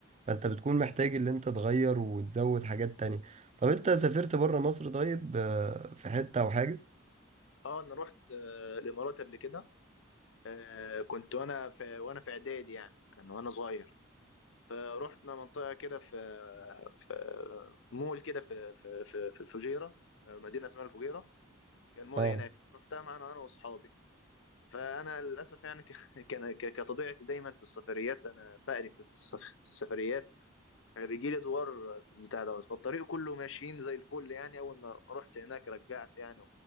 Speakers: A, on the right; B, on the left.
A: فانت بتكون محتاج اللي انت تغير وتزود حاجات تانية طب انت سافرت بره مصر طيب آه، في حتة او حاجة
B: اه انا رحت آه، الامارات قبل كده آه، كنت وانا في وانا في اعدادي يعني كان وانا صغير فروحنا منطقه كده في في مول كده في في في, في الفجيره آه، مدينه اسمها الفجيره كان مول
A: اه
B: هناك رحتها معانا انا واصحابي فانا للاسف يعني ك- <laughs> كان ك- كطبيعتي دايما في السفريات انا بقري في في السف- في السفريات يعني بيجي لي دوار بتاع دوت فالطريق كله ماشيين زي الفل يعني اول ما رحت هناك رجعت يعني